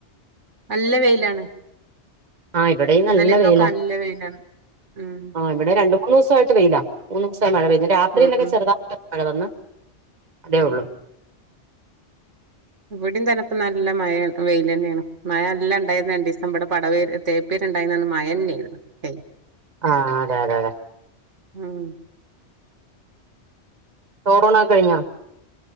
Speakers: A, on the right (about 80°); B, on the right (about 40°).
A: നല്ല വെയിലാണ്
B: ആഹ് ഇവിടെയും
A: ഇന്നലെ
B: നല്ല
A: ഇന്നൊക്കെ
B: വെയിലാ
A: നല്ല വെയിലാണ് ഉം
B: ആ ഇവിടെ രണ്ടു മൂന്ന് ദിവസമായിട്ട് വെയിലാ മൂ ദിവസം മഴ പെയ്തു രാത്രിയിലൊക്കെ
A: ഉം ഉം
B: ചെറുതായിട്ട് മഴ വന്ന് അതേ ഉള്ളു
A: ഇവിടിം തന്നെ നല്ല മഴ വെയില് തന്നെയാണ് മഴ നല്ല ഉണ്ടായിരുന്നു രണ്ട് ദീസം ഇബടെ പട വേ <unintelligible> തേപ്പേരുണ്ടായിരുന്നന്ന് മഴ ന്നേരുന്നു ഹേയ്
B: ആ അതെ അതെ അതെ
A: ഉം
B: ചോറൂണൊക്കെ കഴിഞ്ഞോ